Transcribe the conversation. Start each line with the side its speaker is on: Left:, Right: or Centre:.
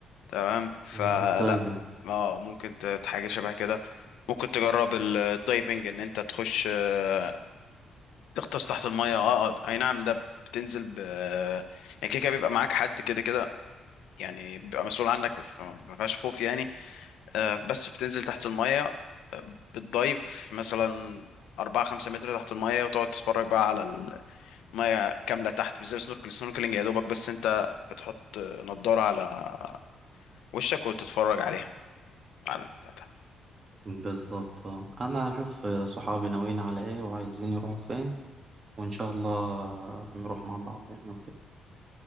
Left: تمام فلا
Right: مم، بالدايفنج
Left: اه ممكن ت- حاجة شبه كده ممكن تجرب ال- الدايفنج ان انت تخش آه، تغطس تحت المية اه آه، اي نعم ده بتنزل ب يعني كده كده بيبقى معاك حد كده كده يعني بيبقى مسؤول عنك فما فيهاش خوف يعني آه، بس بتنزل تحت المية آه، بتدايف مثلا أربعة خمسة متر تحت المية وتقعد تتفرج بقى على ميه كامله تحت مش زي السنوركل السنوركلينج يا دوبك بس انت بتحط نضاره على وشك وتتفرج عليها على البتاع
Right: بالظبط آه. أنا هشوف صحابي ناويين على إيه وعايزين يروحوا فين وإن شاء الله نروح مع بعض يعني وكده